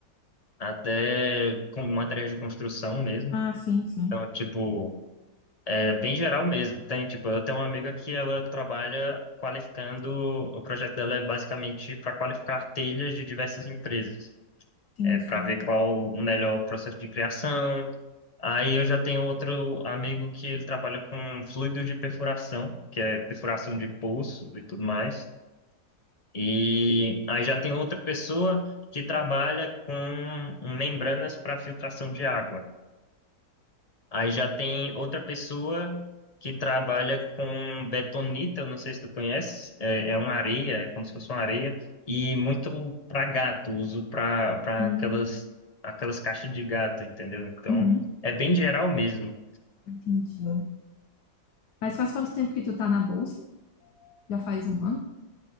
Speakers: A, on the left; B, on the left.
A: até com materiais de construção mesmo.
B: Ah, sim, sim.
A: Então, tipo, É bem geral mesmo. Tem, tipo, eu tenho uma amiga que ela trabalha qualificando, o projeto dela é basicamente para qualificar telhas de diversas empresas.
B: Entendi.
A: É para ver qual o melhor processo de criação. Aí eu já tenho outro amigo que ele trabalha com fluido de perfuração, que é perfuração de poço e tudo mais. E aí já tem outra pessoa que trabalha com membranas para filtração de água. Aí já tem outra pessoa que trabalha com betonita, eu não sei se tu conhece, é, é uma areia, é como se fosse uma areia, e muito para gato, uso para para
B: Hum,
A: aquelas aquelas caixas de gato, entendeu? Então,
B: uhum.
A: é bem geral mesmo.
B: Entendi. Mas faz quanto tempo que tu tá na bolsa? Já faz um ano?